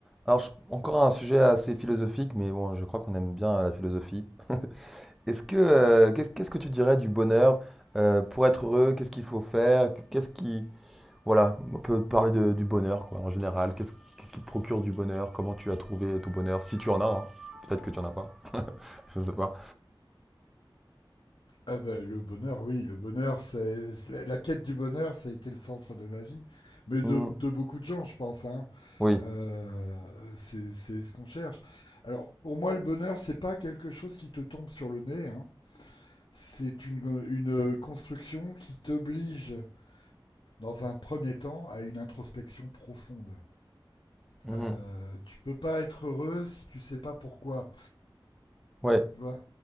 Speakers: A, in the centre; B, on the left.
A: Alors, je- encore un sujet assez philosophique, mais bon, je crois qu'on aime bien la philosophie. Est-ce que, euh, qu'est- qu'est-ce que tu dirais du bonheur euh, pour être heureux? Qu'est-ce qu'il faut faire? Qu'est-ce qui, voilà, on peut parler de- du bonheur, quoi, en général. Qu'est-ce, qu'est-ce qui te procure du bonheur? Comment tu as trouvé ton bonheur? Si tu en as, hein. Peut-être que tu en as pas. <laughs> Je sais pas.
B: Ah ben, le bonheur, oui, le bonheur, c'est la, la quête du bonheur, ça a été le centre de ma vie, mais
A: Mhm.
B: de, de beaucoup de gens, je pense. Hein.
A: Oui.
B: Euh, c'est c'est ce qu'on cherche. Alors, pour moi, le bonheur, c'est pas quelque chose qui te tombe sur le nez. Hein. C'est une, une construction qui t'oblige, dans un premier temps, à une introspection profonde.
A: Mhm.
B: Euh, tu peux pas être heureux si tu sais pas pourquoi.
A: Ouais.
B: Tu vois